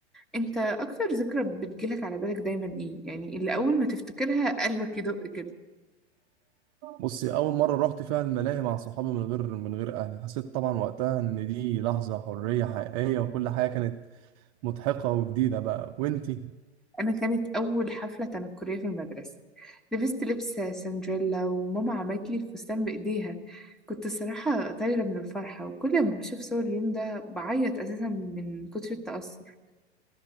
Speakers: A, in the centre; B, on the right.
A: انت اكتر ذكرى بتجيلك على بالك دايما ايه يعني اللي اول ما تفتكرها قلبك يدق كده
B: بصي اول مرة رحت فيها الملاهي مع صحابي من غير من غير اهلي حسيت طبعا وقتها ان دي لحظة حرية حقيقية وكل حاجة كانت مضحكة وجديدة بقى وانتي
A: انا كانت اول حفلة تنكرية في المدرسة لبست لبس سندريلا وماما عملت لي الفستان بايديها كنت الصراحة طايرة من الفرحة وكل ما بشوف صور اليوم ده بعيط اساسا من كتر التأثر